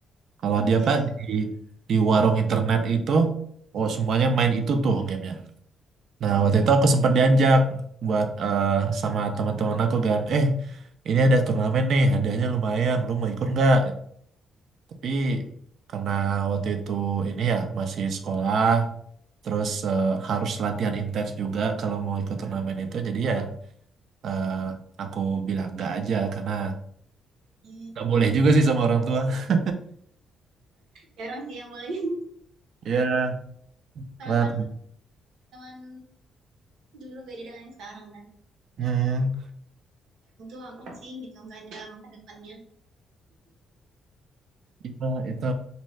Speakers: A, on the right; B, on the right.
A: kalau dia
B: Iya,
A: apa
B: iya.
A: di di warung internet itu oh semuanya main itu tuh gamenya nah waktu itu aku sempat diajak buat eh, sama teman-teman aku kan eh ini ada turnamen nih hadiahnya lumayan lu mau ikut nggak Tapi karena waktu itu ini ya masih sekolah, terus eh, harus latihan intens juga kalau mau ikut turnamen itu. Jadi ya eh, aku bilang enggak aja karena
B: Iya, iya.
A: nggak boleh juga sih sama orang tua. <laughs>
B: Jarang sih yang boleh. <laughs>
A: Ya,
B: Karena
A: Nah,
B: kan teman dulu beda dengan yang sekarang kan.
A: Hmm,
B: Itu apa sih gitu, nggak ada masa depannya.
A: itu, itu